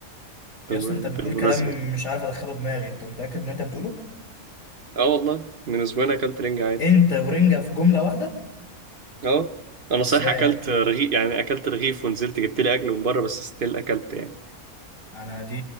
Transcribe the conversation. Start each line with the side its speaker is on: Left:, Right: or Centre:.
Right: بالم-
Left: يا اسطى انت بتقول
Right: بالمناسبة
Left: كلام
Right: يعني.
Left: مش عارف ادخله دماغي انت متأكد من اللي انت بتقوله
Right: اه والله من اسبوعين اكلت رنجة عادي
Left: انت ورنجة في جملة واحدة
Right: اه انا
Left: ازاي
Right: صحيح اكلت
Left: يعني
Right: رغيف يعني اكلت رغيف ونزلت جبت لي اكل من بره بس ستيل اكلت يعني
Left: انا دي